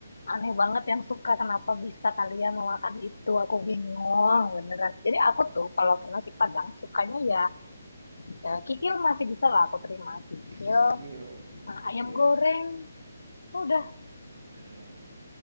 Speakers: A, on the left; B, on the right.
A: aneh banget yang suka kenapa bisa kalian memakan itu, aku bingung beneran. Jadi aku tuh kalau ke nasi Padang sukanya ya, ya kikil masih bisa lah aku terima kikil,
B: Kikil,
A: nah,
B: oke.
A: ayam goreng, udah
B: Ayam.